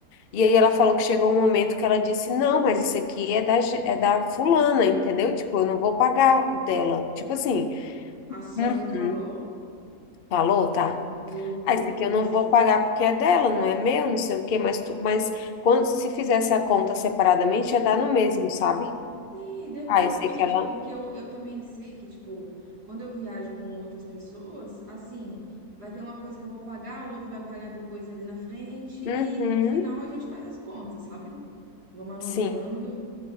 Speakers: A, on the left; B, on the right.
A: E aí ela falou que chegou um momento que ela disse, não, mas isso aqui é da, ge- é da fulana, entendeu? Tipo, eu não vou pagar o dela. Tipo assim,
B: A sogra
A: "Uhum,
B: falou?
A: falou, tá?
B: Meu
A: Ah,
B: Deus.
A: isso aqui eu não vou pagar porque é dela, não é meu, não sei o quê, mas tu, mas quando se fizesse a conta separadamente, ia dar no mesmo, sabe?
B: Sim, e depois
A: Ah, eu sei
B: também,
A: que
B: e
A: ela.
B: tipo, porque eu, eu também sei que, tipo, quando eu viajo com outras pessoas, assim, vai ter uma coisa que eu vou pagar, a outra vai pagar depois ali na frente, e
A: Uhum,
B: no final a gente faz as contas, sabe? Vamos anotando.
A: sim.